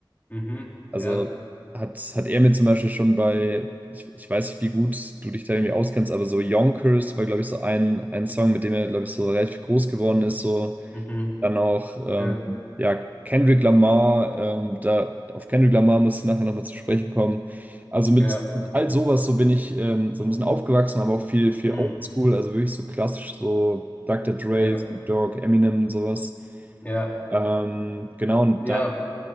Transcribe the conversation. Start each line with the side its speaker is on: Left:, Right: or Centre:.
Left: Mhm.
Right: Also
Left: Ja.
Right: hat, hat er mir zum Beispiel schon bei, ich, ich weiß nicht, wie gut du dich da irgendwie auskennst, aber so Yonkers war, glaube ich, so ein, ein Song, mit dem er, glaube ich, so relativ groß geworden ist. So
Left: Mhm.
Right: dann auch, ähm,
Left: Ja.
Right: ja, Kendrick Lamar, ähm, da, auf Kendrick Lamar muss ich nachher nochmal zu sprechen kommen. Also mit,
Left: Ja.
Right: mit all sowas, so bin ich ähm, so ein bisschen aufgewachsen, aber auch viel, viel
Left: Hm.
Right: Oldschool, also wirklich so klassisch, so Dr. Dre,
Left: Ja.
Right: Snoop Dogg, Eminem, sowas.
Left: Ja.
Right: Ähm, genau, und
Left: Ja.